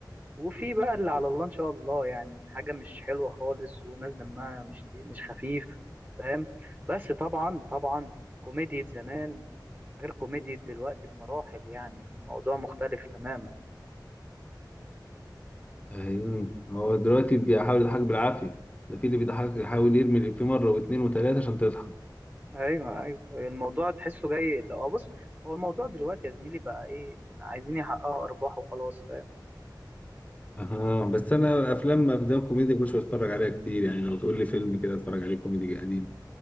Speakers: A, on the right; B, on the left.
A: وفي بقى اللي على الله إن شاء الله يعني حاجة مش حلوة خالص وناس دمها مش تي- مش خفيف فاهم بس طبعا طبعا كوميديا زمان غير كوميديا دلوقتي بمراحل يعني الموضوع مختلف تماما
B: ايوه هو دلوقتي بيحاول يضحك بالعافية ده في اللي بيضحك يحاول يرمي الإفيه مرة واتنين وتلاتة عشان تضحك
A: ايوه ايوه الموضوع تحسه جاي لو بص هو الموضوع دلوقتي يا زميلي بقى ايه عايزين يحققوا ارباح وخلاص
B: اه بس انا افلام افلام كوميدي مش بتفرج عليها كتير يعني لو تقول لي فيلم كده اتفرج عليه كوميدي قديم